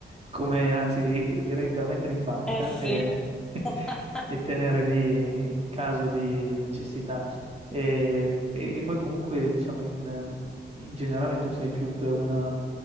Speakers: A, on the right; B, in the centre.
A: come, anzi direi da mettere in banca
B: Eh sì.
A: e, <laughs>
B: <laughs>
A: e tenere lì in caso di necessità. E, e- e poi comunque diciamo in, in generale tu sei più per una,